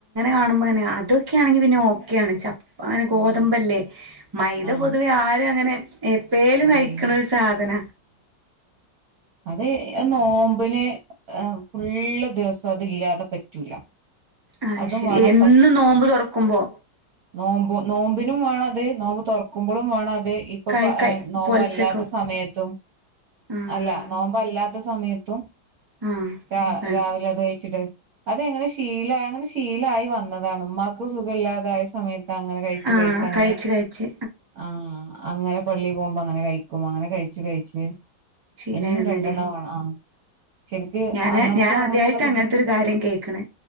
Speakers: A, on the right; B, on the right.
A: കാണുമ്പങ്ങനെ അ തൊക്കെയാണെങ്കി പിന്നെ ഓക്കെയാണ്‌ ച്ച പ്പൊ അങ്ങനെ ഗോതമ്പല്ലേ
B: ആഹ്
A: മൈദ
B: ആഹ്
A: പൊതുവെ ആരു അങ്ങനെ എപ്പേലും
B: ബിരിയാണി
A: കയിക്കണ ഒരു സാധന
B: അതേ ആ നോമ്പിന് ആഹ്‌ ഫുള്ള് ദിവസം പ്പതില്ലാതെ പറ്റൂല
A: ആഹ്
B: അതും
A: ശെരി
B: വേണം
A: എന്നും നോമ്പ് തൊറക്കുമ്പോ
B: നോമ്പും നോമ്പിനും വേണത് നോമ്പ് തൊറക്കുമ്പൊളും വേണത് ത് ഇപ്പപ്പാ
A: കൈ കൈ
B: നോമ്പല്ലാത്ത
A: പൊലച്ചക്കും
B: സമയത്തും
A: ആഹ്
B: അല്ല ഇല്ലാത്ത സമയത്തും
A: ആഹ്
B: രാ
A: വേണം
B: രാവിലെ അത് കഴിച്ചിട്ട് അതെങ്ങനെ ശീല അങ്ങനെ ശീലായി വന്നാ താണ്‌ മ്മാക്ക് സുഖല്ലാതായ് സമയത് തങ്ങനെ കഴിച്ച്
A: ആഹ്
B: കഴിച്ചങ്ങനെ
A: കഴിച്ച് കഴിച്ച്
B: ആഹ് അങ്ങനെ പള്ളീ പോകുമ്പോ അങ്ങനെ കഴിക്കും അങ്ങനെ കഴിച്ച് കഴിച്ച്
A: ശീലായി
B: എന്നും
A: വന്നല്ലേ
B: രണ്ടെണ്ണവാണ് ആഹ് ശെരിക്ക്
A: ഞാന്
B: അങ്ങ് മ്മക്ക്
A: ഞാൻ
B: അങ്ങനൊള്ള
A: ആദ്യായിട്ടാ
B: ബുദ്ധിമുട്ട്
A: അങ്ങനത്തൊരു കാര്യം കേക്കണേ